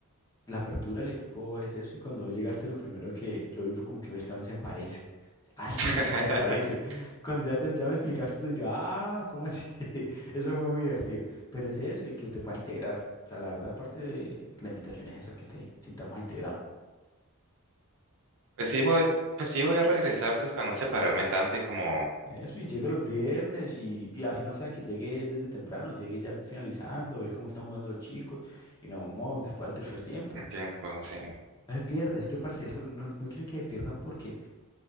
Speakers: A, on the left; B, on the right.
A: la apertura del equipo es eso y cuando vos llegaste lo primero que yo vi fue como que "Ve, Esteban se me parece. Alguien
B: <laughs>
A: me parece. Cuando ya, te, ya me explicaste tú, yo, ah, ¿cómo así? <laughs> Eso fue muy divertido. Pero es eso y que te puedas integrar. O sea, la verdad, aparte, de la invitación es esa, que te sientas más integrado.
B: Pues sí voy, pues sí voy a regresar pues para no separarme tanto y como
A: Eso, y llegue los viernes y, y así no sea que llegue desde temprano, llegue ya finalizando, ve cómo están jugando los chicos y nos vamos después del tercer tiempo.
B: tiempo, sí.
A: No se pierda, es que parce, eso no, no quiero que se pierdan porque